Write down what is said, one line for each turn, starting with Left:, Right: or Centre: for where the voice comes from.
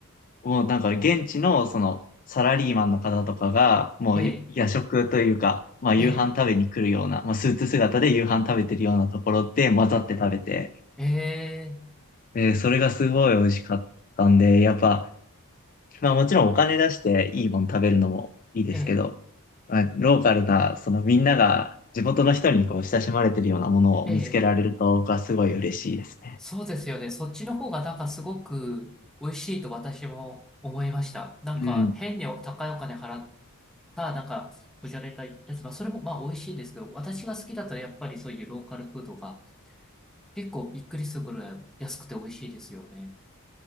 Left: もうなんか現地のそのサラリーマンの方とかが、もう夜食というか、
Centre: え、
Left: まあ夕飯食べに来るような、
Centre: ええ、
Left: まあスーツ姿で夕飯食べてるようなところで混ざって食べて、
Centre: ええ、
Left: で、それがすごい美味しかったんで、やっぱ、まあもちろんお金出していいもん食べるのもいいですけど、
Centre: ええ、
Left: まあ、ローカルな、そのみんなが地元の人にこう親しまれてるようなものを見つけられると僕はすごい嬉しいですね。
Centre: ええそうですよね。そっちの方がなんかすごく美味しいと私も思いました。なんか変に高いお金払っ
Left: うん。
Centre: たなんかこじゃれたやつ、まあそれもまあ美味しいですけど、私が好きだったらやっぱりそういうローカルフードが結構びっくりするぐらい安くて美味しいですよね。